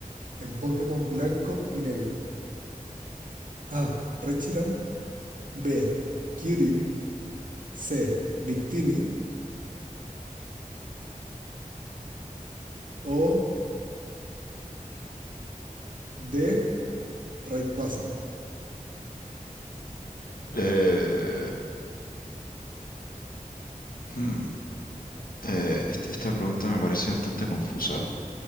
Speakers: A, on the right (about 70°); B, on the left (about 85°).
A: En Pokémon blanco y negro. A. Rechiram. B. Kyurem. C. Victini. O de Rayquaza.
B: Eh, hmm, Eh, esta, esta pregunta me parece bastante confusa.